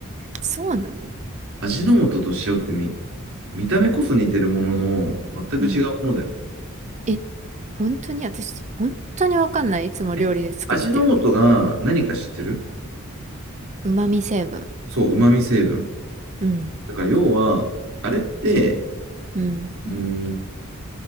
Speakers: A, on the right (about 35°); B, on the right (about 75°).
A: そうなの
B: 味の素と塩ってみ、見た目こそ似てるものの、全く違うものだよ。
A: うん。え、本当に私、本当にわかんない。いつも料理で作ってるけど。
B: え、味の素が何か知ってる
A: 旨味成分。
B: そう、旨味成分。
A: うん。
B: だから要は、あれって、
A: うん。
B: うーん、